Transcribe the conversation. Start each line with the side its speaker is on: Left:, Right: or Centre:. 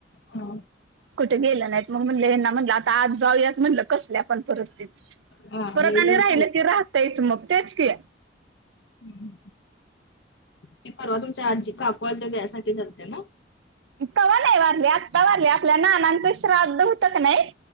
Left: हा
Right: कुठे गेलं नाहीत मग म्हणलेना म्हटलं आता आज जाऊयाच म्हटलं कसल्या आपण परिस्थिती
Left: हा
Right: परत
Left: लय दिवस
Right: आणि राहिलं की राहतायच मग तेच की
Left: हम्म ते परवा तुमच्या आजी काकवायल तरसाठी लते ना
Right: तवा नाही वारले आत्ता वारले आपल्या नानांचं श्राद्ध होत क नाही